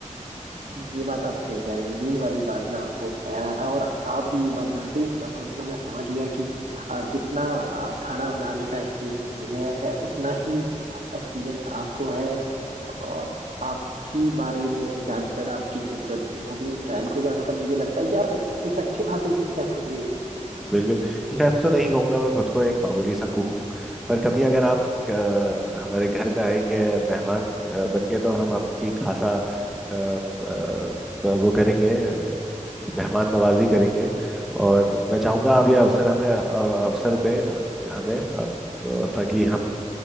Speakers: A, on the right; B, in the centre.
A: ये बात आप सही कह रहे हैं यही वाली बात मैं आपको कह रहा था और आप भी ये बात जानते हैं इसका मतलब मैं समझ गया कि अ, जितना अ, खाना बनाने का एक्सपीरियंस मुझे है उतना ही एक्सपीरियंस आपको है और आपकी बारे में जानकर आपकी कुकर कुकिंग स्टाइल को जानकर मुझे लगता है कि आप एक अच्छे खासे शेफ होंगे
B: बिल्कुल शेफ तो नहीं कहूंगा मैं खुद को एक मामूली सा कुक हूँ पर कभी अगर आप अ, हमारे घर पे आएंगे मेहमान अ, बन के तो हम आपकी खासा अ, अ, वो करेंगे मेहमान नवाजी करेंगे और मैं चाहूंगा आप ये अवसर हमें अ, अवसर दें हमें अ, ताकि हम